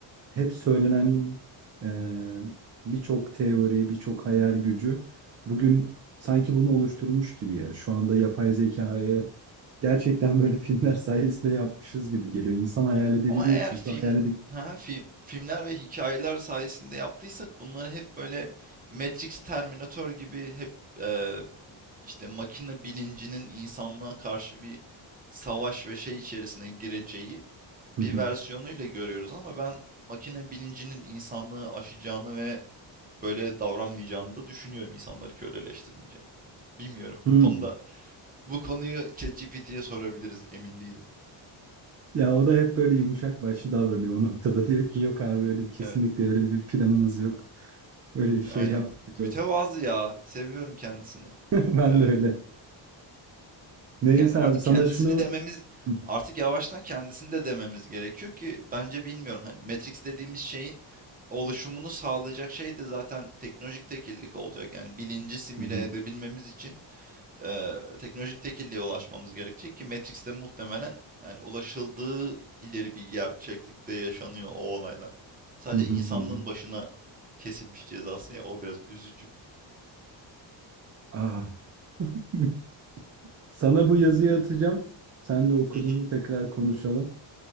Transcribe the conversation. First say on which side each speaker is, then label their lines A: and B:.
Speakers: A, on the right; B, on the right.
A: Hep söylenen eee, birçok teori, birçok hayal gücü bugün sanki bunu oluşturmuş gibi ya. Şu anda yapay zekayı gerçekten <laughs> böyle filmler sayesinde yapmışız gibi geliyor. İnsan hayal edebiliyor
B: Ama eğer
A: çünkü
B: film
A: hayal edip...
B: ha film filmler ve hikayeler sayesinde yaptıysak bunları hep böyle Matrix, Terminator gibi hep e, işte makine bilincinin insanlığa karşı bir savaş ve şey içerisine gireceği
A: <laughs>
B: bir versiyonuyla görüyoruz ama ben makine bilincinin insanlığı aşacağını ve böyle davranmayacağını da düşünüyorum insanları köleleştirmeyeceğini. Bilmiyorum.
A: Hmm.
B: Bu konuda bu konuyu ChatGPT'ye sorabiliriz. Emin değilim.
A: Ya o da hep böyle yumuşak başlı davranıyor o noktada. Diyor ki yok abi öyle kesinlikle
B: Evet.
A: öyle bir planımız yok. Öyle
B: Hı,
A: bir şey
B: Aynen.
A: yapmayacağız.
B: Mütevazı ya. Seviyorum kendisini.
A: <laughs> Ben
B: Evet.
A: de öyle. Neyse
B: Yani artık
A: abi sana
B: kendisini
A: şunu...
B: dememiz
A: Hı
B: artık yavaştan kendisini de dememiz gerekiyor ki bence bilmiyorum hani Matrix dediğimiz şeyin oluşumunu sağlayacak şey de zaten teknolojik tekillik olacak. Yani bilinci simüle
A: hı.
B: edebilmemiz için eee, teknolojik tekilliğe ulaşmamız gerekecek ki Matrix'te muhtemelen yani ulaşıldığı ileri bir gerçeklikte yaşanıyor o olaylar. Sadece
A: Hı hı.
B: insanlığın
A: Hı hı.
B: başına kesilmiş cezası ya o biraz üzücü.
A: Ah. <laughs> Sana bu yazıyı atacağım. Sen de okuduğunda
B: Hı hı,
A: tekrar konuşalım.